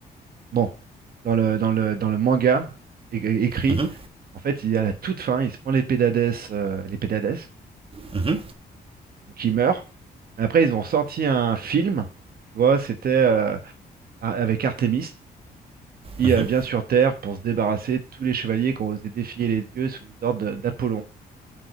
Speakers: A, on the right; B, on the right.
A: bon, dans le, dans le, dans le manga é- écrit,
B: Mhm,
A: en fait, il y a la toute fin, il se prend l'épée d'Hadès, euh, l'épée d'Hadès.
B: mhm,
A: donc il meurt. Mais après, ils ont sorti un film, tu vois, c'était euh, a- avec Artemis, qui
B: mhm.
A: euh, vient sur Terre pour se débarrasser de tous les chevaliers qui ont osé défier les dieux sous les ordres de- d'Apollon.